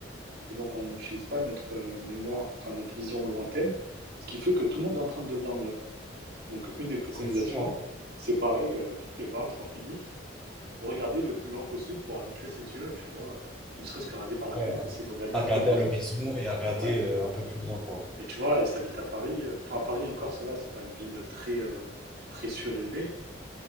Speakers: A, on the right; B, in the centre.
A: et donc on n'utilise pas notre euh, mémoire, enfin notre vision lointaine, ce qui fait que tout le monde est en train de devenir myope. Donc une des préconisations,
B: C'est fou, hein?
A: c'est pareil, euh, toutes les vingt trente minutes, regarder le plus loin possible pour habituer ses yeux, tu vois, ne serait-ce que regarder par la
B: Ouais,
A: fenêtre,
B: hein.
A: essayer de regarder
B: à
A: un
B: regarder
A: peu à l'horizon.
B: à l'horizon et à regarder
A: Ouais,
B: euh, un peu plus loin, quoi.
A: Mais tu vois, si t'habites à Paris, euh, enfin Paris encore ça va, c'est pas une ville très euh, très surélevée,